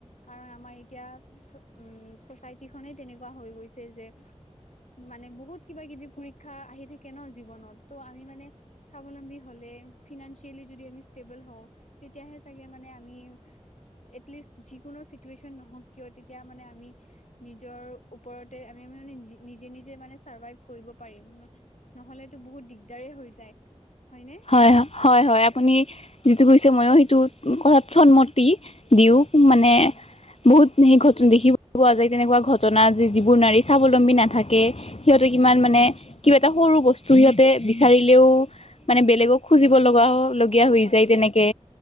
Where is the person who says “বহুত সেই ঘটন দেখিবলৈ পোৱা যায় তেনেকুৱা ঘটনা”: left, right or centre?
Left